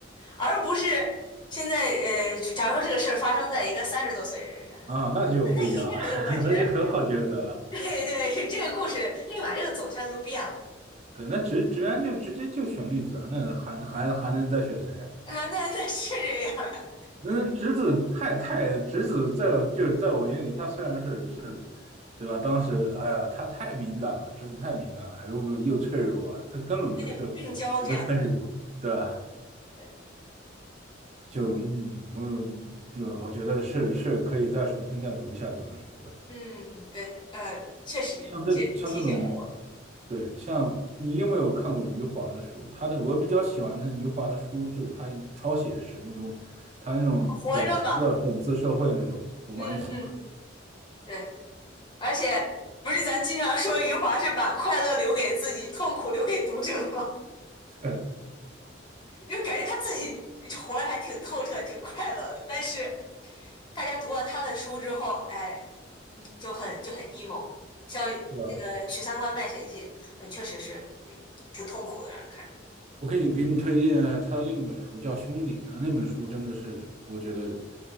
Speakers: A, on the left; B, on the right.
A: 而不是现在呃，假如说这个事儿发生在一个三十多岁人身上。
B: 啊，那就不一样了，
A: 那那一下就感觉
B: <laughs> 那就很好抉择了。
A: 对对，这个故事立马这个走向就变了
B: 对，那直直然就直接就选绿子啊，那还还还能再选谁啊？
A: 啊，那那是这样呀、
B: 那侄子太太侄子在就是在我眼里，他虽然是是，对吧？当时哎呀，他太敏感了，侄子太敏感了，又又脆弱，他根本不适合一个三十多，
A: 嗯，有点病娇这样的时候
B: 对吧？
A: 对，
B: 就嗯嗯，对，我觉得是是可以再重新再读一下这本书的。
A: 嗯，对，呃，确实，
B: 像这像这种
A: 你这提醒了我，
B: 对，像你有没有看过余华的书？他的我比较喜欢他余华的书，就是他超写实那种，他那种写实的讽刺社会那种，
A: 活着嘛，
B: 我蛮喜欢。
A: 嗯嗯，对，而且不是咱经常说余华是把快乐留给自己，痛苦留给读者吗？
B: <laughs> 的，
A: 因为感觉他自己活得还挺透彻、挺快乐的，但是大家读完他的书之后，哎，嗯，就很就很 emo，像那个《许三观卖血记》，
B: 对啊，
A: 呃，确实是，嗯，挺痛苦的，让人看着，
B: 我可以给你推荐他的另一本书，叫《兄弟》啊，那本书真的是我觉得，